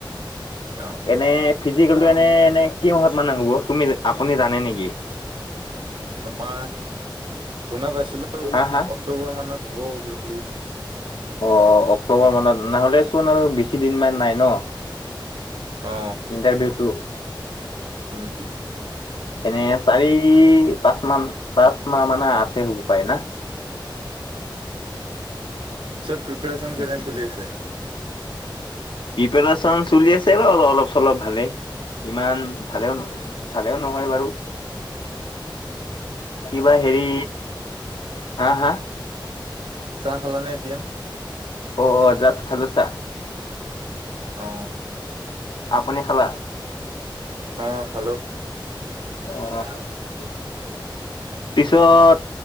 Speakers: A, on the right; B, on the left.
A: অ
B: এনে ফিজিকেলটো এনে এনে কি মাহত মানে হ'ব তুমি আপুনি জানে নেকি
A: মই শুনা পাইছিলো
B: হা হা
A: অক্টোবৰ মানত হ'ব বুলি
B: অ অক্টোবৰ মানত নহ'লে চোন আৰু বেছি দিনমান নাই ন
A: অ
B: ইণ্টাৰভিউটো
A: উম
B: এনে চাৰি পাঁচ তান তচ মাহ মানে আছে হুব পায় না
A: পিত প্ৰিপেৰেচন
B: উম
A: কেনে
B: উম
A: চলি আছে
B: প্ৰিপৰে্যন চলি আছে ৰল অলপ চলপ ভালে ইমান ভালেও ভালেও নহয় বাৰু
A: উ
B: কিবা হেৰি হা হা
A: চাহ খাল নে এতিয়া
B: অ অ জাছ খালোছা
A: অ
B: আপুনি খালা
A: অ খালোঁ <unintelligible>
B: অ পিছত